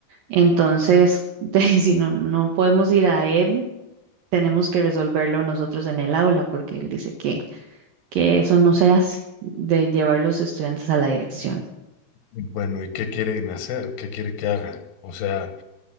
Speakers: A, on the right; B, on the left.
A: Entonces, <laughs> de- si no, no podemos ir a él, tenemos que resolverlo nosotros en el aula porque él dice que, que eso no se hace de llevar los estudiantes a la dirección.
B: Bueno, ¿y qué quieren hacer? ¿Qué quiere que haga? O sea,